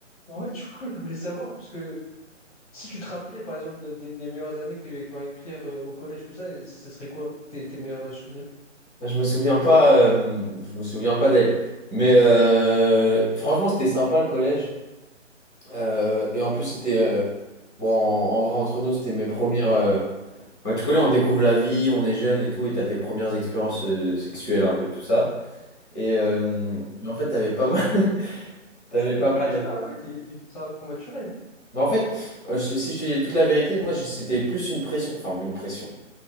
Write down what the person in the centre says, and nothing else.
Je me souviens pas, euh, je me souviens pas d'elle. Mais euh, franchement, c'était sympa le collège. Euh, et en plus, c'était euh, bon. En, en vrai, entre nous, c'était mes premières. euh, bah, tu connais, on découvre la vie, on est jeune et tout, et t'as tes premières expériences euh, sexuelles, un peu tout ça. Et euh, mais en fait, t'avais pas mal. <laughs> T'avais pas
mal.
euh,
Mais en fait, euh, je- si je te dis toute la vérité, moi, je- c'était plus une pression. Enfin, une pression.